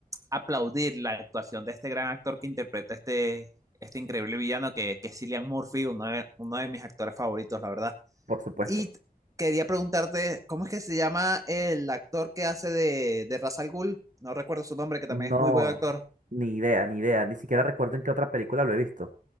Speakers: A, on the right (about 20°); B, on the right (about 55°).
A: aplaudir la actuación de este gran actor que interpreta este, este increíble villano que, que es Cillian Murphy, uno de, uno de mis actores favoritos, la verdad.
B: por supuesto.
A: Y quería preguntarte, ¿cómo es que se llama el actor que hace de, de Ra's al Ghul? No recuerdo su nombre, que también
B: No,
A: es muy buen actor.
B: ni idea, ni idea, ni siquiera recuerdo en qué otra película lo he visto.